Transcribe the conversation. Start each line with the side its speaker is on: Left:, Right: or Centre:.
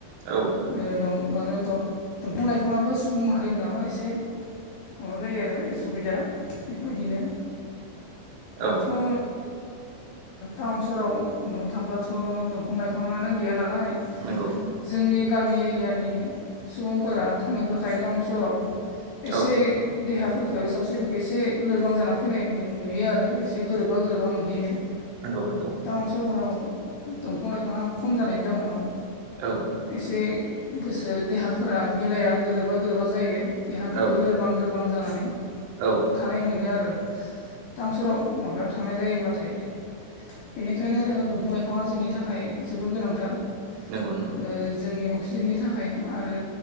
Right: औ
Left: ए दं आरो दं दंफां लाइफाङाबो सुबुं माहारि नोङाबा एसे। माबा जायो आरो उसुबिदा बेफोरबायदिनो दाथ'।
Right: औ
Left: ओ टाउन सहराव नुनो थांब्लाथ' दंफां लाइफाङानो गैया नालाय।
Right: नंगौ।
Left: जोंनि गामि एरियानि सुबुंफोरा थाङोब्लाथाय टाउन सहराव। एसे।
Right: औ
Left: देहाफोरखौ सावस्रिफोरखौ एसे लोरबां जाना फैनाय नुयो आरो एसे गोरोबा गोरोबा मोनहैयो।
Right: नंगौ नंगौ।
Left: टाउन सहराव दंफां लाइफाङा खम जानायनि जाउनाव।
Right: औ।
Left: एसे गोसो देहाफोरा मिलाया गोरोबा गोरोबा जायो देहाफोरखौ
Right: औ
Left: लोरबां लोर बां जानानै
Right: औ
Left: थानाय मोनो आरो टा फोराव माबायाव थांनाय जायोब्लाथाय। बेनिखायनो दंफां लाइफाङा जोंनि थाखाय जोबोर गोनांथार।
Right: नंगौ नंगौ।
Left: ओ जोंनि अक्सिजेननि थाखाय आरो